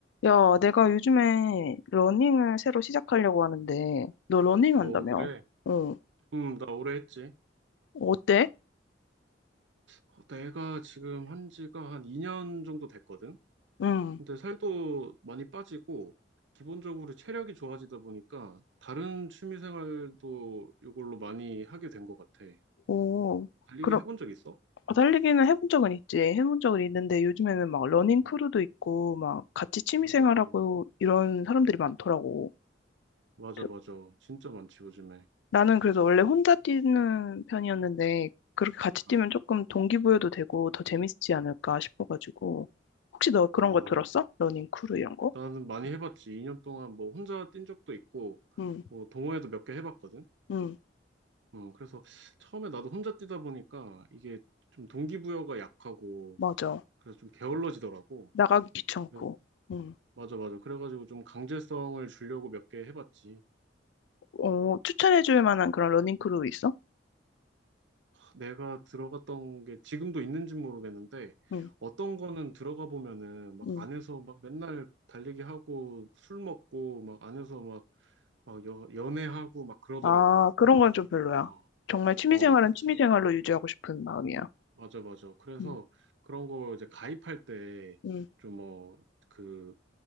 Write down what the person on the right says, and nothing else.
어,
그래.
음, 나 오래 했지.
어, 내가 지금 한 지가 한 2년 정도 됐거든?
근데 살도 많이 빠지고, 기본적으로 체력이 좋아지다 보니까, 다른 취미 생활도 이걸로 많이 하게 된 것 같아.
달리기
해본 적 있어?
응.
맞아, 맞아.
맞아,
맞아. 진짜 많지, 요즘에.
아,
아,
나는 많이 해봤지. 2년 동안 뭐 혼자 뛴 적도 있고,
뭐 동호회도 몇 개 해봤거든?
음, 그래서 처음에 나도 혼자 뛰다 보니까 이게 좀 동기부여가 약하고
그래서 좀 게을러지더라고.
그래,
맞아, 맞아. 그래가지고 좀 강제성을 주려고 몇 개 해봤지.
내가 들어갔던 게 지금도 있는지 모르겠는데
어떤 거는 들어가 보면은 막
안에서 막 맨날 달리기 하고 술 먹고 막 안에서 막, 막 여, 연애하고 막 그러더라고.
어,
어, 그치.
맞아, 맞아. 그래서
그런 거 이제 가입할 때
좀 뭐 그